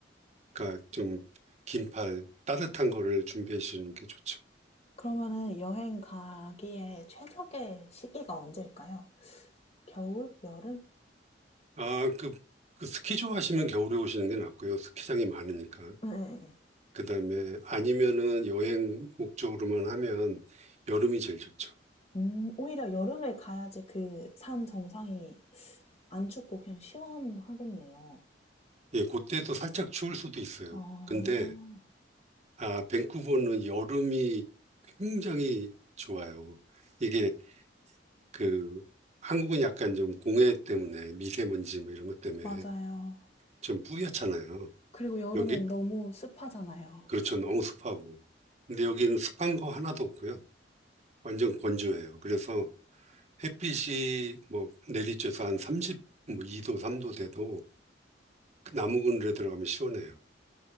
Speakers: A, on the right (about 40°); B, on the left (about 35°).
A: 그러니까 좀 긴팔 따뜻한 거를 준비해 주시는 게 좋죠.
B: 그러면은 여행 가기에 최적의 시기가 언제일까요? 겨울? 여름?
A: 아, 그, 그 스키 좋아하시면 겨울에 오시는 게 낫고요. 스키장이 많으니까.
B: 네, 네, 네.
A: 그다음에 아니면은 여행 목적으로만 하면 여름이 제일 좋죠.
B: 음, 오히려 여름에 가야지 그 산 정상이 안 춥고 그냥 시원하겠네요.
A: 예, 그때도 살짝 추울 수도 있어요.
B: 아,
A: 근데 아, 밴쿠버는 여름이 굉장히 좋아요. 이게 그 한국은 약간 좀 공해 때문에 미세먼지 뭐 이런 것 때문에
B: 맞아요.
A: 좀 뿌옇잖아요.
B: 그리고 여름엔
A: 여기
B: 너무 습하잖아요.
A: 그렇죠. 너무 습하고. 근데 여기는 습한 거 하나도 없고요. 완전 건조해요. 그래서 햇빛이 뭐 내리쬐서 한3십뭐 2도, 3도 돼도 그 나무 그늘에 들어가면 시원해요.